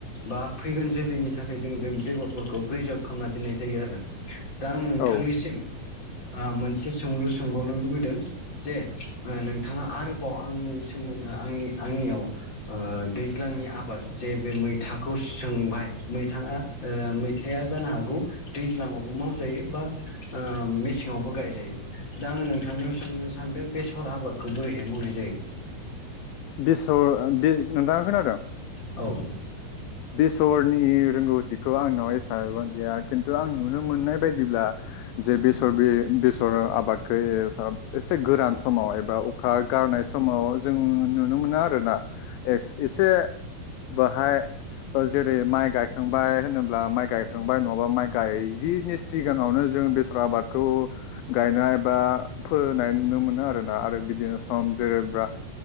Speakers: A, on the left; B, on the left.
A: बा फैगोन जोलैनि थाखाय जोङो बे बेगरफोरखौ प्रिजार्भ खालामना दोननाय जायो आरो दा आं नोंथांनिसिम
B: औ
A: ओ मोनसे सोंलु सोंबावनो लुबैदों जे नोंथाङा आरोबाव आंनि सोमोन आंनि आंनियाव ओ दैज्लांनि आबाद जे बे मैथा खौ सोंबाय मैथा ओ मैथाया जानो हागौ दै दैज्लाङावबो मावजायो बा ओ मेसेङावबो गायजायो। दा आङो नोंथांनाव सोंनो सानदों बेसर आबादखौ बोरैहाय मावनाय जायो?
B: बेसर बे नोंथाङा खोनादों?
A: औ
B: बेसरनि रोंगौथिखौ आंनाव एसेबां गैया खिन्थु आं नुनो मोननाय बायदिब्ला जे बेसर बे बेसर आबादखौ एसे गोरान समाव एबा अखा गारनाय समाव जों नुनो मोनो आरोना एसे बाहाय जेरै माइ गायखांबाय होनोब्ला माइ गायखांबाय नङाबा माइ गायिनि सिगाङावनो जों बे सर आबादखौ गायनाय बा फोनाय नुनो मोनो आरोना आरो बिदिनो सम जेरै ब्रा